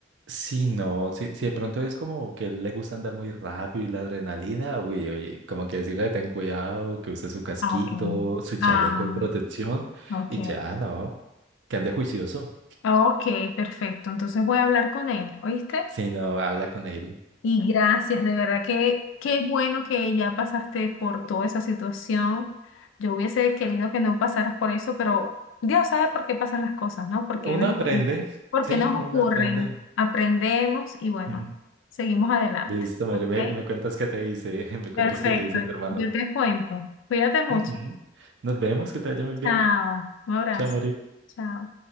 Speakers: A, on the right; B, on the left.
A: Sí, no, si, si de pronto es como que le gusta andar muy rápido y la adrenalina, uy, uy, como que decirle ten cuidado, que use su casquito,
B: Ah, ok.
A: su chaleco
B: Ah,
A: de protección
B: ok.
A: y ya, no, que ande juicioso.
B: Ah, Ok, perfecto. Entonces voy a hablar con él, ¿oíste?
A: Si no, habla con él.
B: Y gracias, de verdad que qué bueno que ya pasaste por toda esa situación. Yo hubiese querido que no pasaras por eso, pero Dios sabe por qué pasan las cosas, ¿no? Porque
A: Uno
B: nos,
A: aprende,
B: por
A: sí,
B: qué nos
A: no,
B: ocurren.
A: uno aprende.
B: Aprendemos y bueno,
A: Ujú.
B: seguimos adelante,
A: Listo, Mary,
B: ¿ok?
A: me, me cuentas qué te dice, <laughs> me cuentas
B: Perfecto.
A: qué te dice tu hermano.
B: Yo te cuento. Cuídate mucho.
A: Ujú. Nos vemos, que te vaya muy bien.
B: Chao. Un abrazo.
A: Chao, Mary.
B: Chao.